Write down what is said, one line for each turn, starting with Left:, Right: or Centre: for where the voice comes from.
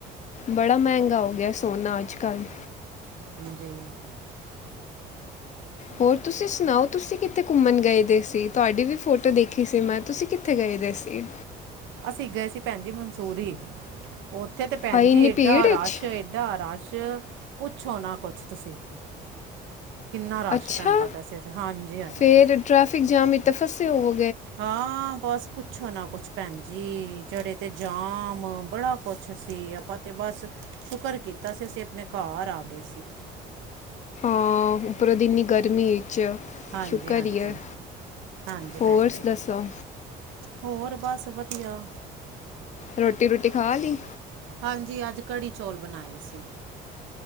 Left: ਬੜਾ ਮੈੰਗਾ ਹੋ ਗਿਐ ਸੋਣਾ ਅੱਜ ਕੱਲ੍ਹ।
Right: ਜੀ।
Left: ਹੋਰ ਤੁਸੀਂ ਸੁਣਾਓ? ਤੁਸੀਂ ਕਿੱਥੇ ਘੁੰਮਣ ਗਏ ਦੇ ਸੀ? ਤੁਹਾਡੀ ਵੀ ਫੋਟੋ ਦੇਖੀ ਸੀ ਮੈਂ, ਤੁਸੀਂ ਕਿੱਥੇ ਗਏ ਦੇ ਸੀ?
Right: ਅਸੀਂ ਗਏ ਸੀ ਪੈੰਣਜੀ ਮਨਸੂਰੀ। ਔਥੇ ਤੇ ਪੈੰਣਜੀ
Left: ਹਾਈ ਇੰਨੀ
Right: ਏਡਾ
Left: ਭੀੜ ਵਿੱਚ
Right: ਰਾਸ਼ ਏਡਾ ਰਾਸ਼‌। ਯ ਪੁੱਛੋ ਨਾ ਕੋਛ ਤੁਸੀਂ। ਕਿੰਨਾ ਰਸ਼
Left: ਅੱਛਾ!
Right: ਪੈਂਦਾ ਪਿਆ ਸੀ ਇੱਥੇ ਹਾਂਜੀ ਹਾਂਜੀ
Left: ਫੇਰ ਟ੍ਰੈਫਿਕ ਜਾਮ ਇਚ ਤਾਂ ਫਸੇ ਹੋਵੋ
Right: ਹਾਂ, ਬੱਸ ਪੁੱਛੋ ਨਾ ਕੋਛ ਪੈੰਣਜੀ ਜੜੇ ਤੇ ਜਾਮ ਬੜਾ ਕੋਛ ਸੀ, ਅਪਾਂ ਤੇ ਬਸ ਸ਼ੁਕਰ ਕੀਤਾ ਸੀ ਅਸੀਂ ਅਪਣੇ ਘੱਰ ਆ ਗੇ ਸੀ।
Left: ਹਾਂ, ਉੱਪਰੋ ਦੀ ਇਨੀ ਗਰਮੀ
Right: ਹਾਂਜੀ
Left: ਸ਼ੁਕਰ
Right: ਹਾਂਜੀ,
Left: ਹੀ ਹੈ
Right: ਹਾਂਜੀ
Left: ਹੋਰ
Right: ਪੈੰਣਜੀ।
Left: ਦੱਸੋ
Right: ਹੋਰ ਬਸ ਵਧ ਕਿਯਾ?
Left: ਰੋਟੀ ਰੂਟੀ ਖਾ ਲੀ?
Right: ਹਾਂਜੀ ਅੱਜ ਕੜੀ ਚੌਲ ਬਣਾਏ ਸੀ।